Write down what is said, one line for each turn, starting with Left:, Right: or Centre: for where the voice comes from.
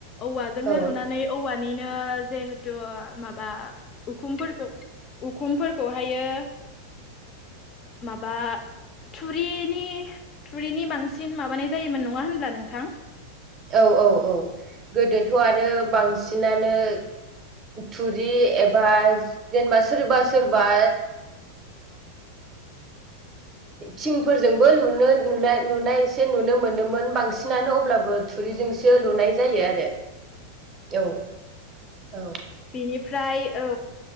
Left: औवाजोंनो
Right: औ
Left: लुनानै औवानिनो जिहेथु माबा उखुमफोरखौ उखुमफोरखौहायो माबा थुरिनि थुरिनि बांसिन माबानाय जायोमोन नङा होनब्ला नोंथां?
Right: औ औ औ गोदोथ' आरो बां बांसिनानो थुरि एबा जेनेबा सोरबा सोरबा
Left: <unintelligible>
Right: थिंफोरजोंबो लुनो नु नुनाय एसे नुनो मोनोमोन बांसिनानो अब्लाबो थुरिजोंसो लुनाय जायो आरो औ औ
Left: बेनिफ्राय औ